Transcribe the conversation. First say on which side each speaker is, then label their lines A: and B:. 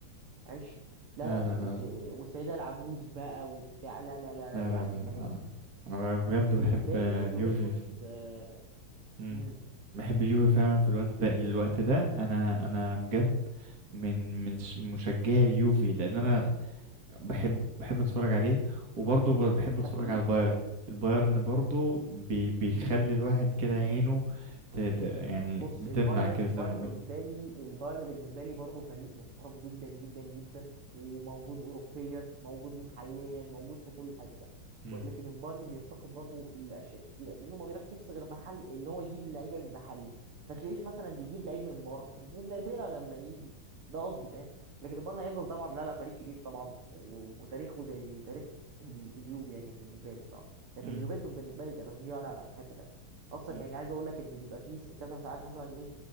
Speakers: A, on the right (about 85°); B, on the right (about 45°).
A: عيش لا
B: لا
A: لا
B: لا
A: و-
B: لا
A: إيه، والسيده العجوز بقى وبتاع لا لا لا لا،
B: لا
A: يعني
B: لا لا
A: كانت
B: لا. انا انا بجد
A: بالنسبه
B: بحب اليوفي
A: لي يوفنتوس
B: في...
A: آه،
B: مم.
A: مم.
B: بحب اليوفي فعلا في الوقت ده الوقت ده انا انا بجد من من ش- مشجعي اليوفي لان انا بحب بحب اتفرج عليه وبرضه ب- بحب اتفرج
A: اكيد
B: على البايرن
A: اه
B: البايرن برضه بي... بيخلي الواحد كده عينه ت... ت... يعني
A: بص
B: بتلمع
A: البايرن
B: كده
A: البايرن
B: زي ما
A: بالنسبه
B: قلت
A: لي البايرن بالنسبه لي برضه فريق محترم جدا جدا جدا وموجود اوروبيا موجود محليا موجود في كل حته
B: مم.
A: ولكن البايرن بيفتقد برضه لاشياء كتيره لانه ما بيركزش غير محل ان هو يجيب لعيبه من محلي ما تلاقيش مثلا بيجيب لعيب من بره نادرا لما يجي ده قصدي فاهم لكن البايرن هيفضل طبعا لا لا فريق كبير طبعا و- وتاريخه زي تاريخ اليوفي يعني بالنسبه لي صح لكن
B: مم.
A: اليوفنتوس بالنسبه لي كتشجيع لا لا في حته تانيه اصلا
B: مم.
A: يعني عايز اقول لك ان بيبقى فيه كذا ساعات مثلا ايه